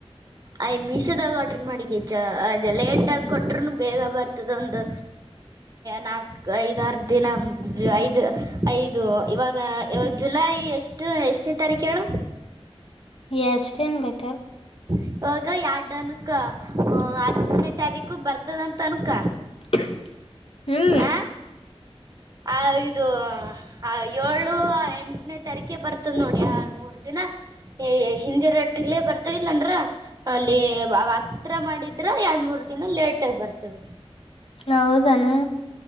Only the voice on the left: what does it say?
ಎಷ್ಟೇನ ಗೊತ್ತಿ
<inaudible> ಹ್ಮ್
ಹೌದ ಅನು.